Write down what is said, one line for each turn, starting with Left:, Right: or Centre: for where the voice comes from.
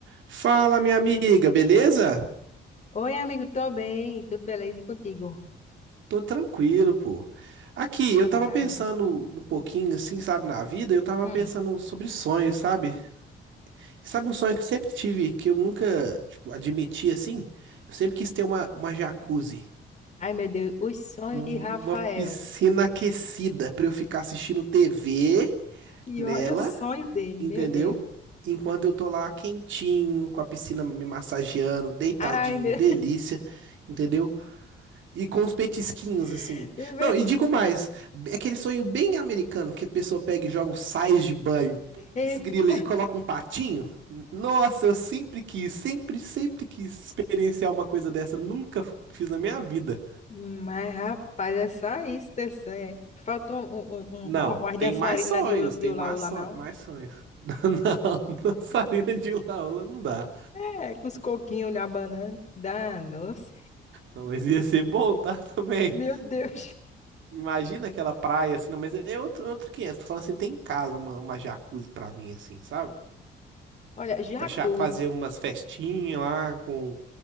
Right: Fala, minha amiga, beleza?
Left: Oi, amigo, tô bem, tudo beleza e contigo?
Right: Tô tranquilo, pô. Aqui, eu tava
Left: Maravilha.
Right: pensando um pouquinho, assim, sabe, na vida, eu tava
Left: Hum.
Right: pensando sobre sonhos, sabe? E sabe um sonho que eu sempre tive, que eu nunca, tipo, admiti, assim? Eu sempre quis ter uma, uma jacuzzi,
Left: Ai, meu Deus, os sonhos
Right: um-
Left: de Rafael.
Right: uma piscina aquecida pra eu ficar assistindo TV
Left: E
Right: nela,
Left: olha o sonho dele,
Right: entendeu?
Left: meu Deus.
Right: Enquanto eu tô lá quentinho, com a piscina me massageando, deitadinho,
Left: Ai, meu
Right: delícia, entendeu? E com os petisquinhos, assim.
Left: <laughs> Deus.
Right: Não, e digo mais, é aquele sonho bem americano que a pessoa pega e joga um sais de banho, putz,
Left: Eita.
Right: grila, e coloca um patinho. Nossa, eu sempre quis, sempre, sempre quis experienciar uma coisa dessa, nunca f- fiz na minha vida.
Left: Mas, rapaz, é só isso teu sonho. é? Faltou um, um, um,
Right: Não,
Left: um, uma- umas dançarinas
Right: tem mais sonhos,
Left: de, ula- de
Right: tem
Left: ula
Right: mais
Left: ula,
Right: sonhos,
Left: não?
Right: mais sonhos. <laughs> Não, dançarina de hula-hula não dá.
Left: É, com os coquinhos lá, banana. Danos,
Right: Não, mas ia ser bom, tá? <laughs> Também.
Left: Meu Deus.
Right: Imagina aquela praia assim, não, mas é outro, outro 500. Tô falando assim, tem em casa uma, uma jacuzzi pra mim, assim, sabe?
Left: Olha, jacuzzi.
Right: Pra cha- fazer umas festinhas lá com,